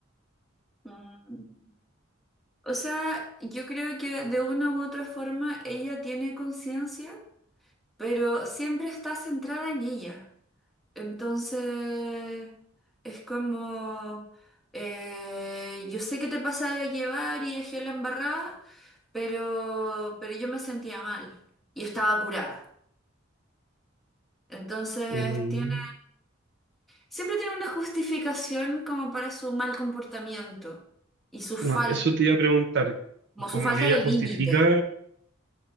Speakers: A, in the centre; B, on the right (about 60°).
A: Mm. O sea, yo creo que de una u otra forma ella tiene conciencia pero siempre está centrada en ella. Entonces, es como, eh, yo sé que te pasa de llevar y dejé la embarrada, pero, pero yo me sentía mal y estaba curada. Entonces,
B: Mm.
A: tiene, siempre tiene una justificación como para su mal comportamiento y su falta,
B: No, eso te iba a preguntar,
A: como
B: como
A: su falta
B: que ella
A: de
B: justifica,
A: límite.